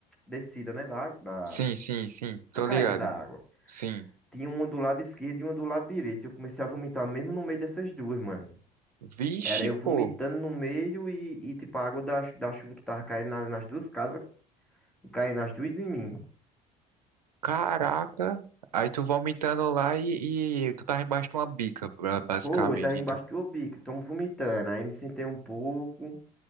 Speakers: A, in the centre; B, on the right.
A: descida, né, da, água- da,
B: sim,
A: do-
B: sim, sim.
A: a
B: Tô
A: caída
B: ligado.
A: da água.
B: Sim.
A: Tinha uma do lado esquerdo e uma do lado direito. Eu comecei a vomitar mesmo no meio dessas duas, mano.
B: Vixe,
A: Era eu
B: pô.
A: vomitando no meio e, e tipo, a água da, chu- da chuva que tava caindo na- nas duas casas, caindo nas duas em mim.
B: Caraca. Aí tu vomitando lá e, e tu tava embaixo de uma bica, ba- basicamente,
A: Pô, eu tava embaixo
B: então.
A: do bico, tamo vomitando. Aí me sentei um pouco.